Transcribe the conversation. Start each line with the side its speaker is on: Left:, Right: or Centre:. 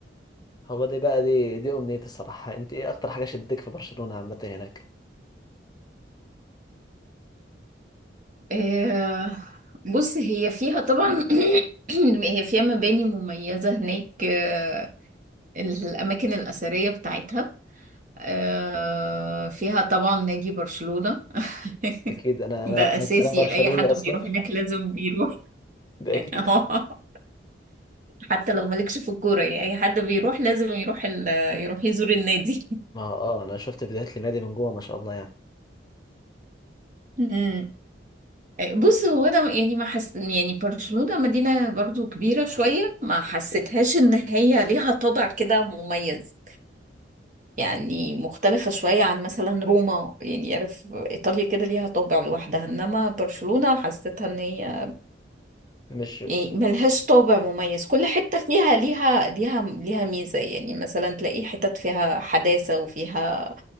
Left: هو دي بقى دي دي امنيتي الصراحه انت ايه اكتر حاجه شدتك في برشلونه عامه هناك
Right: آه، بص هي فيها طبعا <clears throat> هي فيها مباني مميزة هناك آه، الأماكن الأثرية بتاعتها آه، فيها طبعا نادي برشلونة <laughs>
Left: اكيد انا
Right: ده
Left: انا انا
Right: أساسي
Left: أنا برشلوني
Right: أي حد
Left: اصلا
Right: بيروح هناك لازم بيروح
Left: ده
Right: <laughs>
Left: اكيد
Right: حتى لو مالكش في الكورة يعني أي حد بيروح لازم يروح ال... يروح يزور النادي
Left: ما اه انا شفت فيديوهات للنادي من جوه ما شاء الله يعني
Right: مم. بص هو أنا يعني ما حس يعني برشلونة مدينة برضو كبيرة شوية ما حسيتهاش إن هي ليها طابع كده مميز يعني مختلفة شوية عن مثلا روما يعني عارف إيطاليا كده ليها طابع لوحدها إنما برشلونة حسيتها إن هي
Left: مش
Right: يعني ملهاش طابع مميز كل حتة فيها ليها ليها ليها ميزة يعني مثلا تلاقي حتت فيها حداثة وفيها